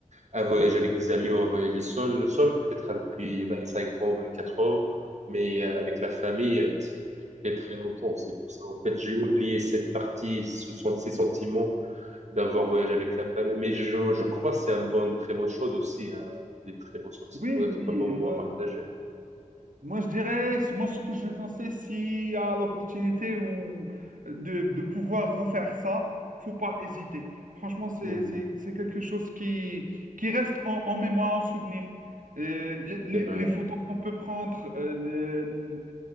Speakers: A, on the right; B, on the right.
A: à voyager avec des amis ou à voyager seul, seul peut-être depuis 25 ans, 24 ans, mais euh, avec la famille, euh, c'était très longtemps. C'est pour ça, en fait, j'ai oublié cette partie, ce sont ces sentiments d'avoir voyagé avec la famille. Mais je, je crois que c'est une bonne, très bonne chose aussi, hein, des très bons sentiments,
B: oui,
A: d'être
B: oui.
A: un bon
B: Et
A: moment
B: moi,
A: à partager.
B: moi, je dirais, moi, ce que je conseille, s'il y a l'opportunité ou de, de pouvoir refaire ça, faut pas hésiter. Franchement, c'est,
A: Mhm.
B: c'est, c'est quelque chose qui, qui reste en, en mémoire, en souvenir. Euh, les, les-
A: C'est vrai,
B: les photos qu'on peut prendre, euh, le- le-